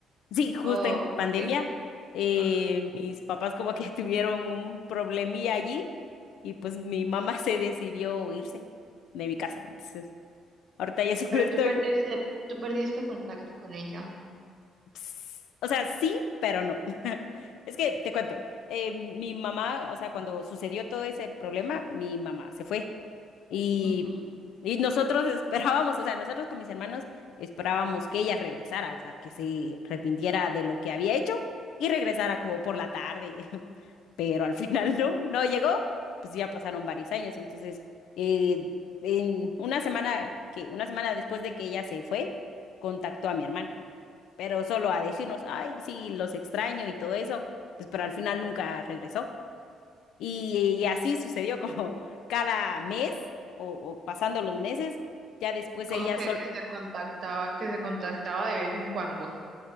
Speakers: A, on the left; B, on the right.
A: Sí, justo
B: o
A: en pandemia,
B: sí,
A: eh,
B: okay.
A: mis papás como que <laughs> tuvieron un problemilla allí y pues mi mamá <laughs> se decidió irse de mi casa. Entonces, ahorita ya <laughs> solo
B: Pero
A: estoy
B: tú perdiste, tú perdiste contacto con ella.
A: Ps, O sea, sí, pero no. <laughs> Es que te cuento, eh, mi mamá, o sea, cuando sucedió todo ese problema, mi mamá se fue. Y,
B: Ujú.
A: y nosotros <laughs> esperábamos, o sea, nosotros con mis hermanos esperábamos que ella regresara, o sea, que se arrepintiera de lo que había hecho y regresara como por la tarde. <laughs> Pero al final <laughs> no, no llegó, pues ya pasaron varios años. Entonces, eh, en una semana que, una semana después de que ella se fue, contactó a mi hermana pero solo a decirnos, ay, sí, los extraño y todo eso, pues pero al final nunca regresó. Y, y así sucedió <laughs> como cada mes o, o pasando los meses, ya después
B: Como
A: ella
B: que,
A: sol
B: que se contactaba, que se contactaba de vez en cuando.